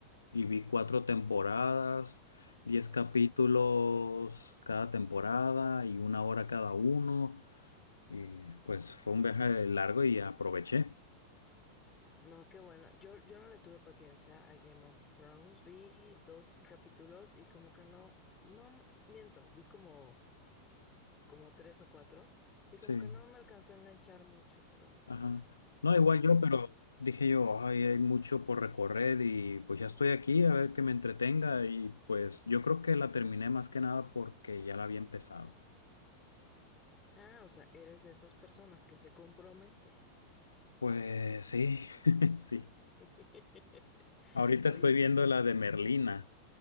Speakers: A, on the left; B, on the left.
A: Y vi cuatro temporadas, diez capítulos cada temporada y una hora cada uno. Y pues fue un viaje largo y aproveché.
B: No, qué bueno. Yo, yo no le tuve paciencia a Game of Thrones. Vi dos capítulos y como que no, no miento, vi como, como tres o cuatro y
A: Sí.
B: como que no me alcanzó a enganchar mucho, pero
A: Ajá. No,
B: pues
A: igual
B: así
A: yo,
B: como,
A: pero dije yo, ay, hay mucho por recorrer y pues ya estoy aquí, a ver que me entretenga y pues yo creo que la terminé más que nada porque ya la había empezado.
B: ah, o sea, eres de esas personas que se compromete.
A: Pues sí, <laughs> sí.
B: <laughs>
A: Ahorita
B: Oye,
A: estoy viendo la de Merlina